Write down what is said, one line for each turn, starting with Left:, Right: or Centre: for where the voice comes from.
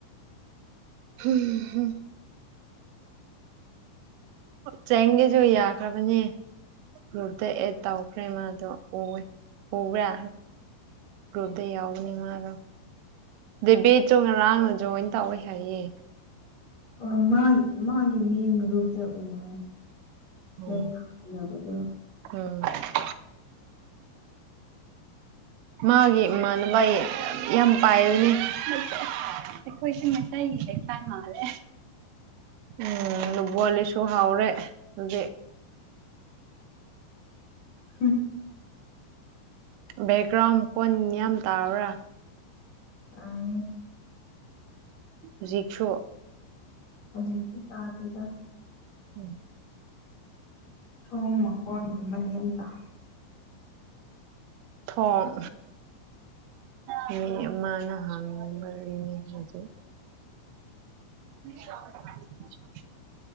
Right: ꯍꯝ ꯍꯝ ꯆꯦꯡꯒꯦꯁꯨ ꯌꯥꯈ꯭ꯔꯕꯅꯤ ꯒ꯭ꯔꯨꯞꯇ ꯑꯦꯠ ꯇꯧꯈ꯭ꯔꯦ ꯃꯥꯗꯣ ꯑꯣꯏ ꯎꯕ꯭ꯔꯥ ꯒ꯭ꯔꯨꯞꯇ ꯌꯥꯎꯕꯅꯥ ꯃꯥꯗꯣ ꯗꯦ ꯕꯦꯠ ꯆꯣ ꯉꯔꯥꯡꯅ ꯖꯣꯏꯟ ꯇꯧꯋꯦ ꯍꯥꯏꯌꯦ
Left: ꯑ ꯃꯥ ꯃꯥꯒꯤ ꯃꯦꯟ ꯒ꯭ꯔꯨꯞꯇ ꯎꯔꯦ <unintelligible>
Right: ꯑꯣ ꯎꯝ ꯃꯥꯒꯤ ꯃꯥꯟꯕꯩ ꯌꯥꯝ ꯄꯥꯏꯕꯅꯤ ꯑꯩꯈꯣꯏ ꯁꯤ ꯃꯩꯇꯩꯒꯤ ꯂꯩꯀꯥꯏ ꯃꯥꯟꯂꯦ ꯎꯝ ꯕꯣꯂꯤꯁꯨ ꯍꯥꯎꯔꯦ ꯍꯧꯖꯤꯛ
Left: ꯍꯝ
Right: ꯕꯦꯛꯒ꯭ꯔꯥꯎꯟ ꯀꯣꯟ ꯌꯥꯝ ꯇꯥꯕ꯭ꯔꯥ
Left: ꯇꯥꯏꯌꯦ
Right: ꯍꯧꯖꯤꯛꯁꯨ
Left: ꯍꯧꯖꯤꯛ ꯇꯤ ꯇꯥꯗꯦꯗ
Right: ꯎꯝ
Left: ꯊꯣꯡ ꯃꯈꯣꯟ ꯒꯨꯝꯕꯗꯤ ꯌꯥꯝ ꯇꯥꯏ
Right: ꯊꯣꯡ ꯃꯤ ꯑꯃꯥꯅ ꯍꯡꯕꯒꯤꯅꯤ ꯍꯧꯖꯤꯛ <unintelligible>